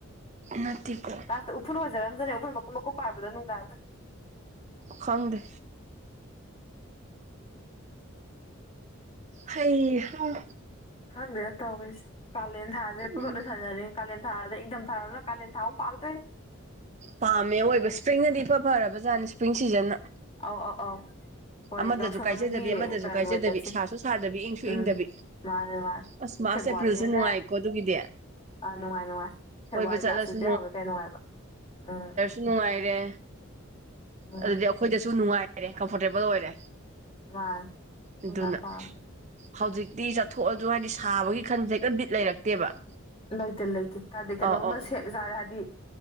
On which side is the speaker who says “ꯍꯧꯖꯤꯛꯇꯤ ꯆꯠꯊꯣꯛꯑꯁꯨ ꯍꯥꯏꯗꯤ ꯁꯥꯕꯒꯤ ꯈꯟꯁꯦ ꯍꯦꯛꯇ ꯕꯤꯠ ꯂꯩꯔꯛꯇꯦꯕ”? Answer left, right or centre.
Right